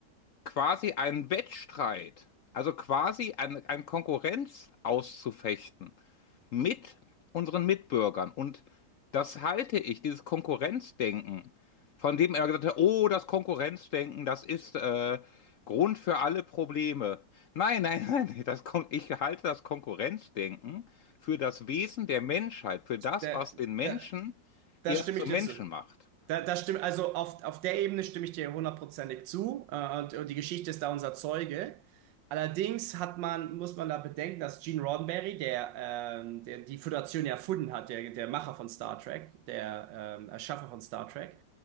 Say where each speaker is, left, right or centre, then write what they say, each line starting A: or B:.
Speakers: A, on the left; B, on the right.
A: quasi einen Wettstreit, also quasi ein, ein Konkurrenz auszufechten mit unseren Mitbürgern. Und das halte ich, dieses Konkurrenzdenken, von dem er gesagt hat, oh, das Konkurrenzdenken, das ist äh, Grund für alle Probleme. Nein, nein, <laughs> nein, das, Kon- ich halte das Konkurrenzdenken für das Wesen der Menschheit, für das,
B: Da,
A: was den
B: da,
A: Menschen
B: da
A: erst
B: stimme
A: zum
B: ich dir
A: Menschen
B: zu.
A: macht.
B: Da, da stimme, also auf, auf der Ebene stimme ich dir hundertprozentig zu. Äh, und, und die Geschichte ist da unser Zeuge. Allerdings hat man, muss man da bedenken, dass Gene Roddenberry, der, ähm, der die Föderation ja erfunden hat, der, der Macher von Star Trek, der ähm, Erschaffer von Star Trek,